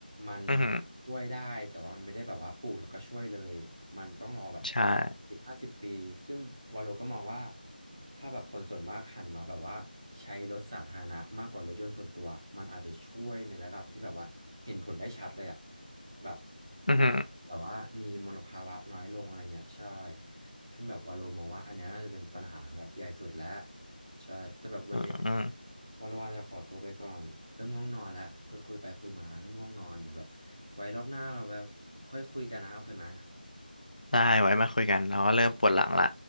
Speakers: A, on the right (about 20°); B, on the left (about 55°).
A: มัน
B: อือหือ
A: ช่วยได้แต่ว่ามันไม่ได้แบบว่าปลูกแล้วก็ช่วยเลยมันต้องรอแบบ
B: ใช่
A: สิบห้าสิบปีซึ่งวาโลก็มองว่าถ้าแบบคนส่วนมากหันมาแบบว่าใช้รถสาธารณะมากกว่ารถยนต์ส่วนตัวมันอาจจะช่วยในระดับที่แบบว่าเห็นผลได้ชัดเลยอะแบบ
B: อือหือ
A: มันแบบว่ามีมลภาวะน้อยลงอะไรเงี้ยใช่ ซึ่งแบบวาโลมองว่าอันเนี้ยน่าจะเป็นปัญหาแบบใหญ่สุดแล้วใช่แต่แบบวันเนี้ยยังไง
B: อืออือ
A: วาโลอาจจะขอตัวไปก่อนเริ่มง่วงนอนแล้วคุยคุยไปคุยมาเริ่มง่วงนอนเดี๋ยวแบบไว้รอบหน้าเราแบบค่อยคุยกันนะโอเคไหม
B: ได้ไว้มาคุยกันเราก็เริ่มปวดหลังละ